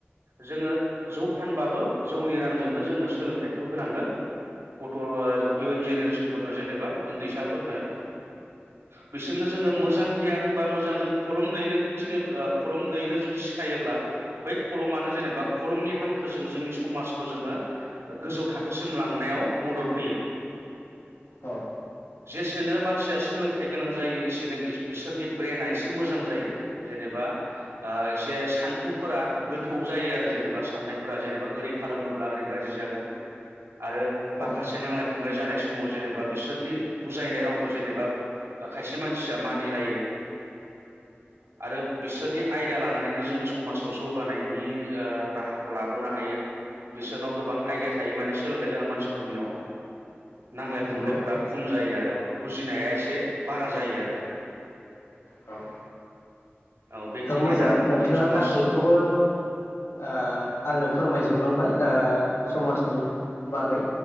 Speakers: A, on the right (about 80°); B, on the left (about 90°).
A: जोङो जौ फानबाबो जौनि रांजोंनो जोङो सोलोंथाइखौ होनांगोन गथ ओ
B: औ नंगौ औ
A: इयुन जेनेरेसनफोरनो जेनेबा उन्दैसाफोरनो बिसोरनो जोङो मोजां गियान बा मोजां जों खलम दैनो थिनो ओ कलम दैनो जुदि सिखायोब्ला बै खलमानो जेनेबा कलमनि हांखो जों जोंनि समाजखौ जोङो गोजौ थाखोसिम लांनायाव मदद होयो
B: औ
A: जेसेनो मान सिया सोलोंथाइ गोनां जायो एसेनो गो इसो बिसोरनि ब्रेना एसे मोजां जायो। जेनेबा ओ एसे सान्थौ फोरा गोथौ जायो आरो जेनेबा साननायफोरा जेनेबा ओरै खालामोब्ला ओरै गाज्रि जागोन आरो
B: औ
A: माखासे नांलाय खमलाय जानाय समाव जेनेबा बिसोरनि बुजायनाय रावखौ जेनेबा ओ खायसे मानसिया मानिलायो आरो बिसोरनि आयदा लानानैनो जोङो समाजाव जौगानायनि ओ राहाखौ लाबोनो हायो बिसोरनाव गोबां आइडिया थायो माने सोलोंथाइ गोनां मानसिफोरनियाव नांलाय
B: नंगौ
A: खमलायफ्रा खम जायो आरो बुजिनाया एसे बारा जायो आरो
B: औ
A: औ बेखिनियानो
B: खोब मोजां
A: आरो नोंथां
B: नोंथाङा
A: जों समाज
B: गासैखौबो ओ आंनो फोरमायजोबलांबाय ओ समाजनि बागै